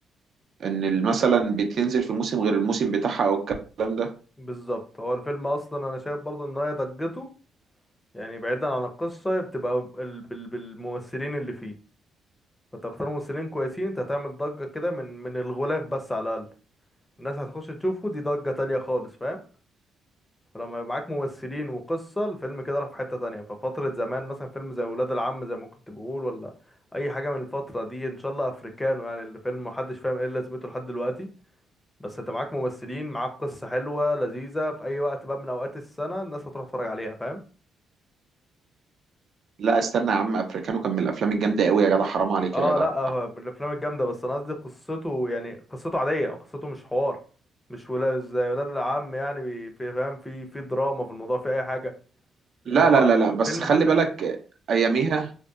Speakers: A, on the right; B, on the left.
A: ان ال- مثلا بتنزل في موسم غير الموسم بتاعها او الكلام ده
B: بالظبط هو الفيلم اصلا انا شايف برضو ان هي ضجته يعني بعيدا عن القصة هي بتبقى بال- بال- بالممثلين اللي فيه فتختار ممثلين كويسين انت هتعمل ضجة كده من من الغلاف بس على الاقل الناس هتخش تشوفه دي ضجة تانية خالص فاهم لما يبقى معاك ممثلين وقصة الفيلم كده راح في حتة تانية ففترة زمان مثلا فيلم زي ولاد العم زي ما كنت بقول ولا أي حاجة من الفترة دي إن شاء الله أفريكانو يعني الفيلم محدش فاهم إيه لازمته لحد دلوقتي بس أنت معاك ممثلين معاك قصة حلوة لذيذة في أي وقت بقى من أوقات السنة الناس هتروح تتفرج عليها فاهم؟
A: لا استنى يا عم افريكانو كان من الافلام الجامده قوي يا جدع حرام عليك
B: اه
A: يا جدع
B: لا آه، من الأفلام الجامدة بس أنا قصدي قصته يعني قصته عادية قصته مش حوار مش ولا زي ولاد العم يعني بي- في فاهم في في دراما في الموضوع في أي حاجة
A: لا
B: يعني
A: لا
B: هو
A: لا لا بس
B: فيلم
A: خلي
B: حد
A: بالك
B: ال-
A: اياميها